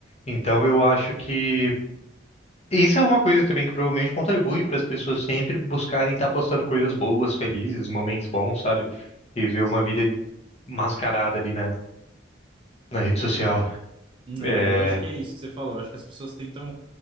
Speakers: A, on the left; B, on the right.
A: Então eu acho que. Isso é uma coisa também que provavelmente contribui para as pessoas sempre buscarem estar postando coisas boas, felizes, momentos bons, sabe? E ver uma vida mascarada ali na, na rede social. É.
B: É, eu acho que é isso que você falou. Eu acho que as pessoas tentam,